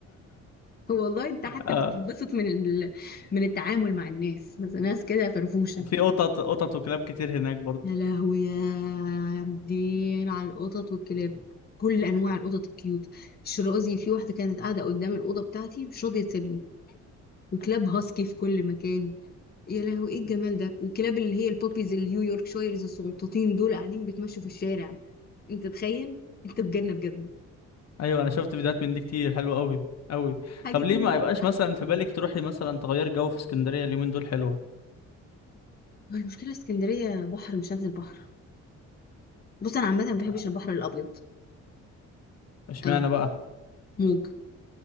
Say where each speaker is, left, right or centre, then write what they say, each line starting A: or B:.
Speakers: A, on the left; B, on the left.
A: والله انت حتى
B: اه
A: بتتبسط من ال... من التعامل مع الناس بس ناس كده فرفوشة
B: وفي قطط قطط وكلاب كتير هناك برضه
A: يا لهوي يا دين على القطط والكلاب كل انواع القطط الكيوت الشرازي في واحدة كانت قاعدة قدام الأوضة بتاعتي مش راضية تسيبني وكلاب هاسكي في كل مكان يا لهوي ايه الجمال ده الكلاب اللي هي البوبيز النيويورك شايرز الصغنطوطين دول قاعدين بيتمشوا في الشارع انت تخيل انت في جنة بجد
B: ايوه انا شفت فيديوهات من دي كتير حلوه قوي قوي
A: حاجة
B: طب
A: كده
B: ليه ما يبقاش مثلا في بالك تروحي مثلا تغير جو في اسكندريه اليومين دول حلوه
A: هو المشكلة اسكندرية بحر مش هنزل بحر بص انا عامة ما بحبش
B: آه،
A: البحر الابيض
B: اشمعنى
A: قوي
B: بقى
A: موج